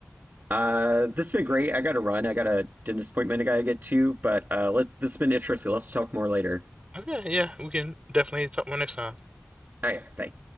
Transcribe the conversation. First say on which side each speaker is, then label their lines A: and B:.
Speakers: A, on the right; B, on the right.
A: uh this has been great. I gotta run. I got a dentist appointment I gotta get to, but uh let's this has been interesting. Let's talk more later.
B: Okay, yeah, we can definitely talk more next time.
A: All right, bye.